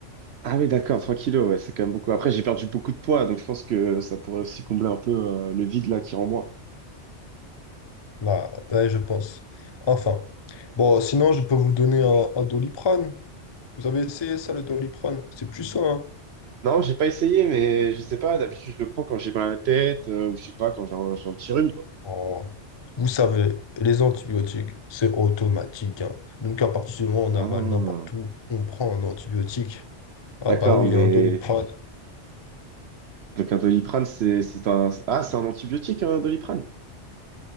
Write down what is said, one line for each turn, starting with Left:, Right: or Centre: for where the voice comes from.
Right: Ah oui, d'accord, trois kilos, ouais, c'est quand même beaucoup. Après, j'ai perdu beaucoup de poids, donc je pense que ça pourrait aussi combler un peu, euh, le vide, là, qui est en moi.
Left: Là, ouais, je pense. Enfin. Bon, sinon, je peux vous donner un, un Doliprane. Vous avez essayé ça, le Doliprane? C'est plus ça, hein.
Right: Non, j'ai pas essayé, mais je sais pas, d'habitude je le prends quand j'ai mal à la tête, euh, ou je sais pas, quand j'ai un, j'ai un petit rhume, quoi.
Left: Oh, Vous savez, les antibiotiques, c'est automatique. hein. Donc, à partir du moment
Right: Ah,
Left: où on a mal n'importe où, on prend un antibiotique. Ah
Right: d'accord,
Left: bah oui,
Right: mais...
Left: un Doliprane.
Right: Donc un Doliprane, c'est c'est un... Ah, c'est un antibiotique, un Doliprane?